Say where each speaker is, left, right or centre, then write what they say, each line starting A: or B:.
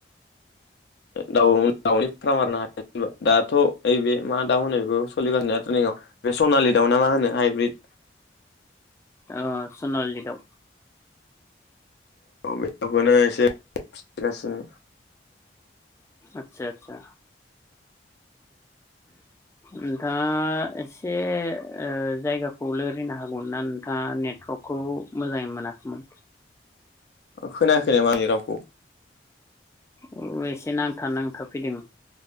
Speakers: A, on the left (about 65°); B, on the left (about 15°).
A: दाउ दाउनि फ्राम आरो ना‌ <unintelligible> दाथ' नै ओ बे मा दाउ होनो बेखौ सोलिगासिनो बे सनालि दआव ना मा होनो हाइब्रिद
B: ओ सनालि दाव
A: बेखौनो एसे गासिनो
B: आतसा आतसा नोंथाङा एसे ओ जायगाखौ लोरिनो हागौमोनना नोंथाङा नेटवर्कखौ मोजाङै मोनाखैमोन
A: खोनायाखै नामा आंनि रावखौ
B: अ एसे नांथा नांथा फैदों